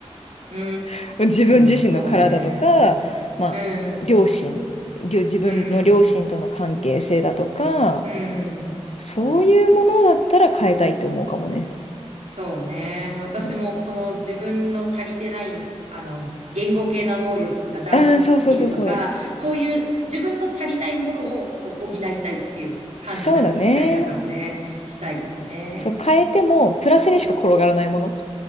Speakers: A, on the right; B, on the left.
A: う
B: <laughs> 自分自身の体とか、
A: ーん、そうね。
B: まあ、
A: うん、
B: 両親、りょ自分の両親との関係性だとか、
A: うん、うん。
B: そういうものだったら変えたいと思うかもね。
A: そうね。私もこの自分の足りてない、
B: うん。
A: あの、言語系の能力とかダンススキルとか、
B: ああ、そうそうそうそう。
A: そういう自分の足りないものをこう補いたいっていう感じな使い方をね、
B: そうだね。
A: したいよね。
B: そう、変えてもプラスにしか転がらないもの。